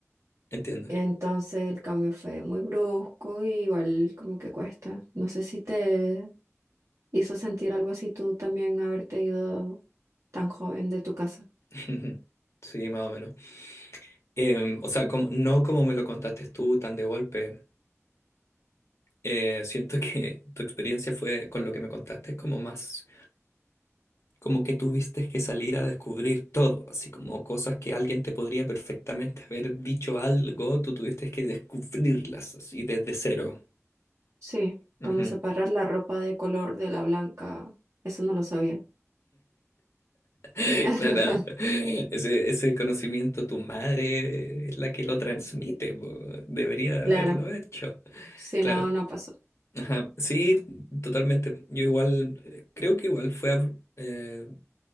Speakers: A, on the left; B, on the right.
A: Entiendo.
B: Entonces el cambio fue muy brusco y igual como que cuesta. No sé si te hizo sentir algo así tú también haberte ido tan joven de tu casa.
A: <laughs> Sí, más o menos. Em, o sea, como, no como me lo contaste tú tan de golpe. Eh, siento que tu experiencia fue con lo que me contaste es como más como que tuviste que salir a descubrir todo, así como cosas que alguien te podría perfectamente haber dicho algo, tú tuviste que descubrirlas así desde cero.
B: Sí,
A: Ujú.
B: como separar la ropa de color de la blanca, eso no lo sabía.
A: <laughs>
B: <laughs>
A: Claro, ese, ese conocimiento tu madre es la que lo transmite, po, debería de
B: Claro.
A: haberlo hecho.
B: Sí,
A: Claro,
B: no, no pasó.
A: Ajá. Sí, totalmente. Yo igual, eh, creo que igual fue abru- eh,